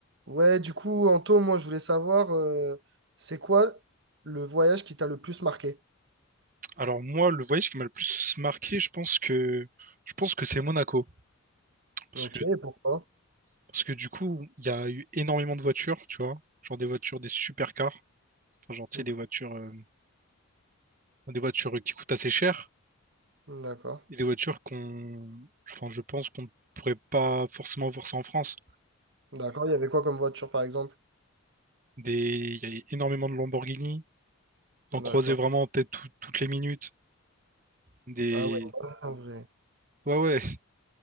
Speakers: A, on the right; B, on the right.
A: Ouais, du coup, Anto, moi, je voulais savoir, euh, c'est quoi le voyage qui t'a le plus marqué?
B: Alors moi, le voyage qui m'a le plus marqué, je pense que je pense que c'est Monaco. Parce
A: Ok,
B: que,
A: et pourquoi?
B: parce que du coup, il y a eu énormément de voitures, tu vois. Genre des voitures, des supercars. Enfin, genre, tu
A: D-
B: sais, des voitures, euh, des voitures qui coûtent assez cher.
A: D'accord.
B: Et des voitures qu'on. Enfin, je pense qu'on ne pourrait pas forcément voir ça en France.
A: D'accord, il y avait quoi comme voiture, par exemple?
B: Des... Il y a énormément de Lamborghini. T'en
A: D'accord.
B: croisais vraiment peut-être tout- toutes les minutes. Des.
A: Ah ouais, en vrai.
B: Ouais, ouais.